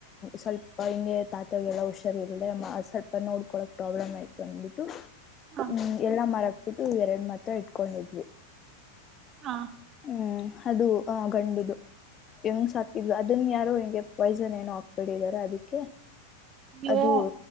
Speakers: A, on the left (about 25°); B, on the right (about 30°).
A: ಸ್ವಲ್ಪ ಹಿಂಗೆ ತಾತಾಗ ಎಲ್ಲ ಹುಷಾರ ಇರ್ದೆ ಸ್ವಲ್ಪ ನೋಡ್ಕೊಳಕ್ ಪ್ರಾಬ್ಲಮ್ ಆಯ್ತು ಅಂದ್ಬಿಟ್ಟು
B: ಹಾ
A: ಹ್ಮ್ ಎಲ್ಲ ಮರಾಕ್ ಬಿಟ್ಟು ಎರಡು ಮಾತ್ರ ಇಟ್ಕೊಂಡಿದ್ವಿ
B: ಹಾ
A: ಹ್ಮ್ ಅದು ಗಂಡಿದು ಹೆಂಗ್ ಸಾಕಿದ್ು ಅದನ್ ಯಾರು ಹಿಂಗೆ ಪಾಯ್ಸನ್ ಏನು ಹಾಕ್ಬಿಡಿದಾರ ಅದಕ್ಕೆ
B: ಅಯ್ಯೋ
A: ಅದು